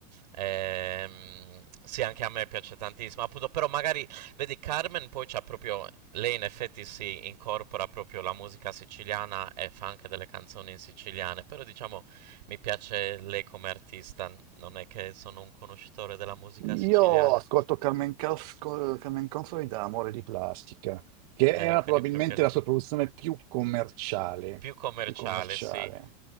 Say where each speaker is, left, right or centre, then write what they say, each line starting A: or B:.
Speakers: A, on the right; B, on the right.
A: Ehm, sì, anche a me piace tantissimo, appunto, però magari, vedi, Carmen poi c'ha proprio, lei in effetti si incorpora proprio la musica siciliana e fa anche delle canzoni in siciliane, però diciamo mi piace lei come artista, non è che sono un conoscitore della musica
B: Io
A: siciliana,
B: ascolto Carmen, Cons- Carmen Consoli da Amore di Plastica, che
A: eh,
B: era
A: quindi
B: probabilmente
A: proprio all'inizio.
B: la sua produzione più commerciale,
A: Più commerciale,
B: più commerciale.
A: sì,